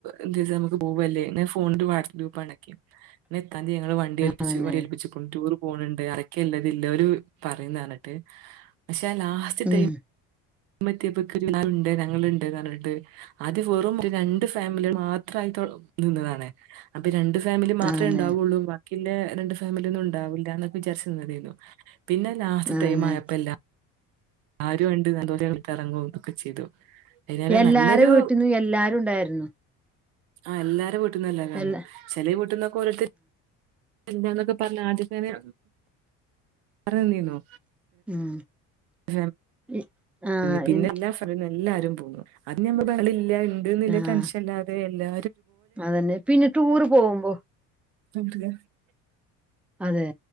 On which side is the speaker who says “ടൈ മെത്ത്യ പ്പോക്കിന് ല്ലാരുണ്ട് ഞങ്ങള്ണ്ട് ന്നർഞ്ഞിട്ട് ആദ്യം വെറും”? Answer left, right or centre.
Right